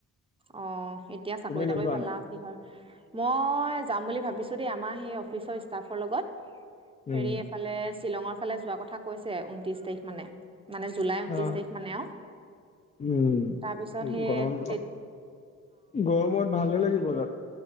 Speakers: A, on the right; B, on the left.
A: অ এতিয়া চাকৰি-তাকৰি
B: তুমি নোযোৱা
A: পালাও
B: নি
A: কিহৰ মই যাম বুলি ভাবিছোঁ দেই, আমাৰ সেই অফিচৰ ষ্টাফৰ লগত।
B: উম
A: হেৰি এইফালে শ্বিলঙৰ ফালে যোৱা কথা কৈছে ঊনত্ৰিশ তাৰিখ মানে। মানে জুলাই ঊনত্ৰিশ
B: অ
A: তাৰিখ মানে আৰু,
B: উম
A: তাৰপিছত সেই
B: গৰম
A: তে
B: গৰমত ভালে লাগিব তাত।